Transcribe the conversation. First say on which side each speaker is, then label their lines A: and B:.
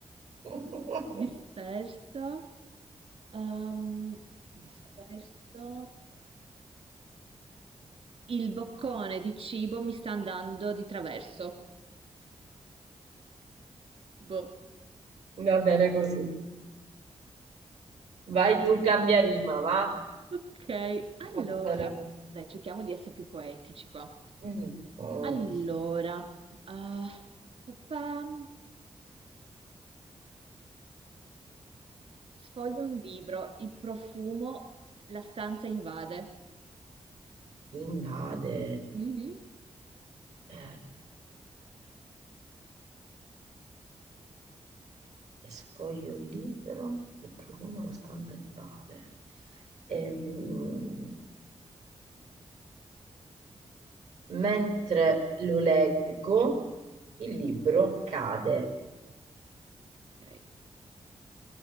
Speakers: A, on the right; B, on the right.
A: <laughs>
B: Disperso. ehm, disperso. Il boccone di cibo mi sta andando di traverso. Boh.
A: Va bene così. Vai tu, cambia rima, va?
B: Ok, allora.
A: Va bene così.
B: Dai, cerchiamo di essere più poetici qua.
A: Mm. Mm.
B: Allora. ah, papà. Sfoglio un libro, il profumo, la stanza invade.
A: Invade.
B: Mhm,
A: Eh, e Sfoglio il libro e profumo la stanza del padre. Ehm, mentre lo leggo, il libro cade
B: Ok.